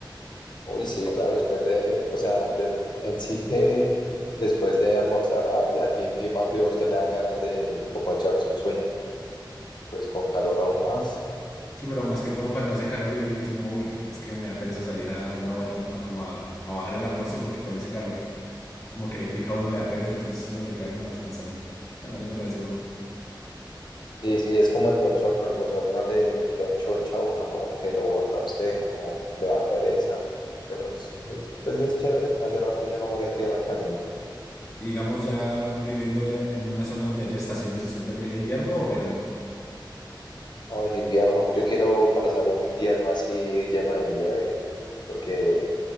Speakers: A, on the left; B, on the left.
A: Uy, sí, claro, después de, o sea, de- en sí que después de almorzar aquí, aquí en clima frío, a usted le dan ganas de como echarse un sueño, pues con calor aún más.
B: Sí, pero más que todo cuando hace calor y uno dice como, uy, es que me da pereza salir a dar una vuelta, a como a, a bajar el almuerzo porque con ese calor como que le pica a uno, le da pereza, entonces uno se queda como descansando. También me parece bueno.
A: Sí, sí, es como el bochorno, el bochorno le lo enchocha a uno, como que lo bota a usted, como le da pereza, pero es, es- pues es chévere, hace rato yo no voy a tierra caliente.
B: Y digamos, ya viviendo en una zona donde haya estaciones, ¿usted prefiere invierno o verano?
A: O el invierno, yo quiero pasar un invierno así lleno de nieve, porque,